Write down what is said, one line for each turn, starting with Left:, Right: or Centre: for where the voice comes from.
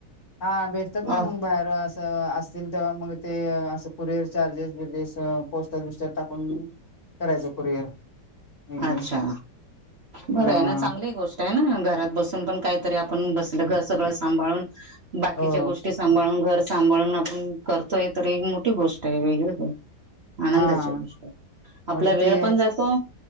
Left: हा, भेटतात ना
Right: अ
Left: मग बाहेर अस असतील तेव्हा मग ते, असं कुरिअर चार्जेस - बिर्जेस पोस्टात - बिष्टात टाकून. करायचं कुरिअर एकदम
Right: अच्छा, बरं
Left: हा
Right: आहे ना, चांगली गोष्ट घरात बसून पण, काहीतरी आपण बसलं, सगळं सांभाळून बाकीच्या
Left: हो
Right: गोष्टी, सांभाळून, घर सांभाळून आपण करतोय, तर एक मोठी गोष्ट आहे वेगळी ग, आनंदाची
Left: हा
Right: गोष्ट आहे, आपला
Left: म्हणजे ते
Right: वेळ पण जातो.